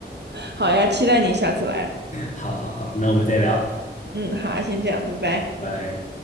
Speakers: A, on the right (about 65°); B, on the left (about 40°).
A: 好呀，期待你下次来。
B: 好好好，那我们再聊，
A: 嗯，好，先这样，拜拜。
B: 拜拜。